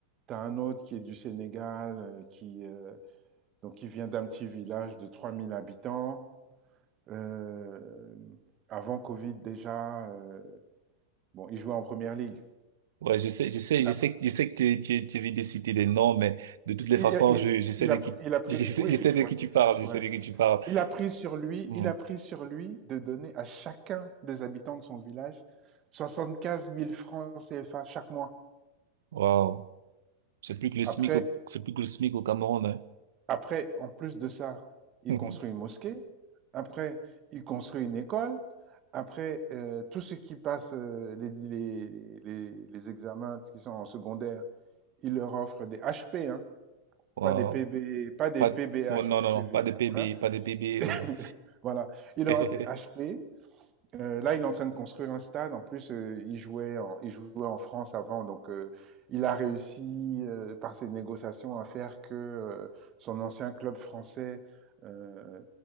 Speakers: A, on the right; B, on the right.
A: un autre qui est du Sénégal, euh, qui, euh, donc, qui vient d'un petit village de 3000 habitants. Euh, avant Covid déjà, euh, bon, il jouait en première ligue.
B: Ouais, je sais, je sais,
A: Il
B: je
A: a,
B: sais, que- je sais que tu, tu, tu viens de citer des noms, mais de toutes
A: il,
B: les
A: il-
B: façons,
A: il-
B: je, je sais
A: il
B: de
A: a,
B: qui,
A: pris- il a pris,
B: <laughs> je sais,
A: oui,
B: je sais
A: tu
B: de
A: vois,
B: qui tu parles, je
A: ouais.
B: sais de qui tu parles.
A: Il a pris sur lui,
B: Mhm.
A: il a pris sur lui de donner à chacun des habitants de son village 75 000 francs CFA chaque mois.
B: Wow. C'est plus que le SMIC
A: Après,
B: au, c'est plus que le SMIC au Cameroun,
A: après, en plus de ça, il
B: hein.
A: construit
B: <laughs>
A: une mosquée. Après, il construit une école. Après, euh, tous ceux qui passent euh, les, les, les, les examens qui sont en secondaire, il leur offre des HP, hein,
B: Wow.
A: pas des PB, pas des
B: Pas
A: PBHPV.
B: de- oh, non, non, non, pas
A: là,
B: de bébé,
A: Voilà.
B: pas de bébé.
A: <laughs> voilà. Il leur
B: euh.
A: offre des HP.
B: <laughs>
A: Euh, là, il est en train de construire un stade. En plus, euh, il jouait en, il jouait en France avant, donc euh, il a réussi euh, par ses négociations à faire que euh, son ancien club français euh,